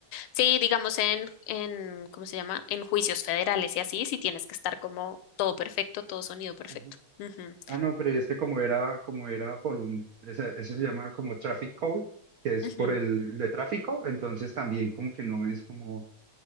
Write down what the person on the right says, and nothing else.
Ajá.
Ah, no, pero este como era, como era por un, ese, ese se llama como traffic code, que es
por el de tráfico, entonces también como que no es como,